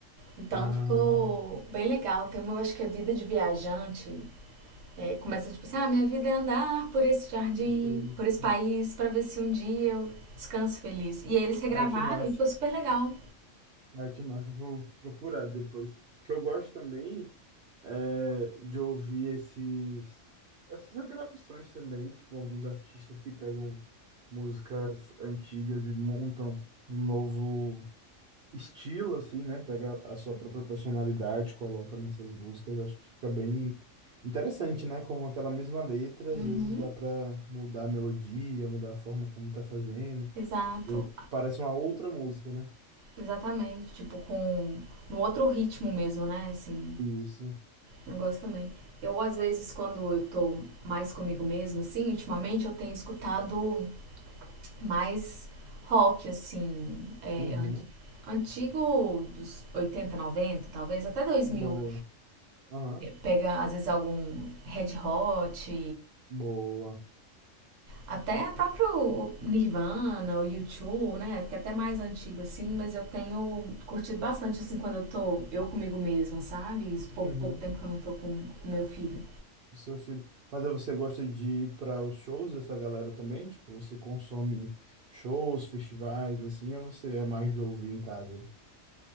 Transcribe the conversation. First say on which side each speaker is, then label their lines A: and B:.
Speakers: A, on the right; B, on the right.
A: Então
B: Ah,
A: ficou bem legal. Tem uma, eu acho que é Vida de Viajante. É, começa tipo assim: ah, minha vida é andar por esse jardim,
B: professor, isso.
A: por esse país, pra ver se um dia eu descanso feliz. E aí eles regravaram
B: Ah, que massa.
A: e ficou super legal.
B: Ah, que massa. Vou procurar depois. O Que eu gosto também. é, de ouvir esses, essas regravações também, tipo, alguns artistas que pegam músicas antigas e montam um novo estilo, assim, né? Pega a sua própria personalidade, coloca nessas músicas, acho que fica bem interessante, né? Como aquela mesma letra,
A: Uhum,
B: às vezes dá pra mudar a melodia, mudar a forma como tá fazendo,
A: exato,
B: e aí parece uma outra música, né?
A: exatamente. Tipo, com no outro ritmo mesmo, né? Assim,
B: Isso.
A: eu gosto também. Eu, às vezes, quando eu tô mais comigo mesma, assim, ultimamente eu tenho escutado mais rock, assim, é,
B: Uhum.
A: Antigo dos 80 90 talvez, até dois
B: Boa.
A: mil
B: Aham.
A: Pega, às vezes, algum Red Hot,
B: Boa.
A: até próprio Nirvana, o u YouTube, né? Que é até mais antigo, assim, mas eu tenho curtido bastante, assim, quando eu tô eu comigo mesma, sabe? Esse pouco,
B: Uhum.
A: pouco tempo que eu não tô com o meu filho.
B: O Seu filho. Mas aí você gosta de ir para os shows dessa galera também? Tipo, você consome shows, festivais, assim, ou você é mais de ouvir em casa?